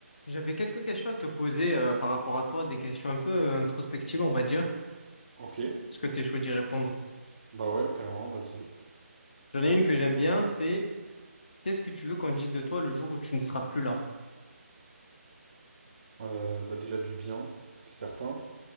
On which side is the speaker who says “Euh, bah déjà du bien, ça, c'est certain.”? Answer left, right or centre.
Right